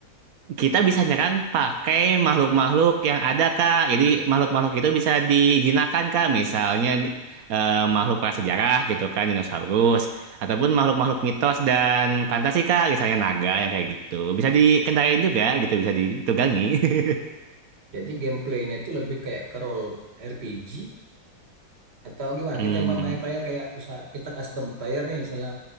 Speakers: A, on the right; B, on the right.
A: kita bisa nyerang pakai makhluk-makhluk yang ada kak. Jadi makhluk-makhluk itu bisa dijinakan kak. Misalnya eh, makhluk prasejarah gitu kan dinosaurus ataupun makhluk-makhluk mitos dan fantasi kak. Misalnya naga yang kayak gitu. Bisa dikendarain juga gitu bisa ditunggangi. <laughs>
B: Jadi gameplaynya itu lebih kayak ke role RPG atau gimana?
A: Hmm.
B: Kita ma- main player kayak bisa kita custom player nih misalnya